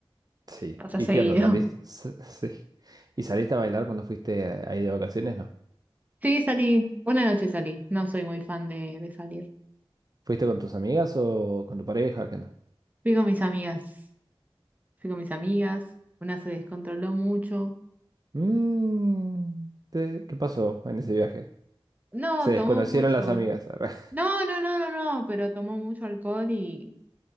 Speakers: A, on the right (about 40°); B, on the right (about 15°).
A: Sí.
B: pasa
A: ¿Y
B: seguido.
A: qué onda? ¿Salís?
B: <laughs>
A: <laughs> S- Sí. ¿Y saliste a bailar cuando fuiste ahí de vacaciones? No.
B: Sí, salí, una noche salí, no soy muy fan de, de salir.
A: ¿Fuiste con tus amigas o con tu pareja? ¿Qué onda?
B: Fui con mis amigas, fui con mis amigas, una se descontroló mucho.
A: Mm, te- ¿qué pasó en ese viaje?
B: No,
A: Se desconocieron
B: tomó mucho.
A: las amigas. arre. <laughs>
B: No, no, no, no, no, pero tomó mucho alcohol y